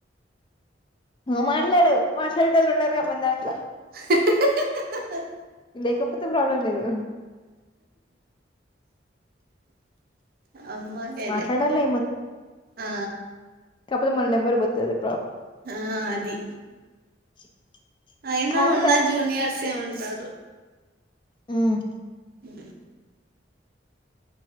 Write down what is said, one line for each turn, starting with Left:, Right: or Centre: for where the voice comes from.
Left: నువ్ మాట్లాడవు మాట్లాడట వాళ్ళు ఉన్నారు కా మన దాంట్లో
Right: హహ హా హా హా
Left: లేకపోతే ప్రాబ్లం లేదు
Right: <inaudible> అమ్మహే
Left: మాట్లాడాలి
Right: లే ఆ
Left: కాప్పుడు మన నెబర్ బతలే
Right: ఆ అది
Left: <inaudible>
Right: అయినా
Left: కారే
Right: ఉన్న జూనియర్సే ఉంటారు
Left: ఉమ్
Right: ఉహుమ్